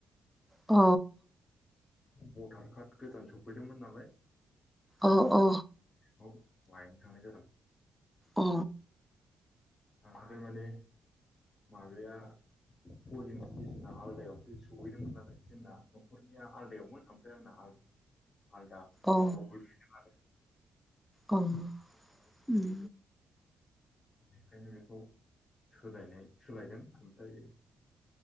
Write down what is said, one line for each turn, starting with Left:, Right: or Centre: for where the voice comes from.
Centre: अ
Left: भटार कार्ड गोदान सफैदोंमोन नालाय
Centre: अ अ
Left: बे लायनो थांनाय जादों
Centre: अ
Left: आंहाबो माने माबाया पलिं स्टेसना आलदायावसो सहैदोंमोन नालाय जोंना न'खरनिया आलदायावमोन ओमफ्राय आंना आलदा आलदा
Centre: अ
Left: वार्डआव गोग्लैदों आरो
Centre: अ उम
Left: बेखायनो बेखौ सोलायनाय सोलायदों ओमफ्राय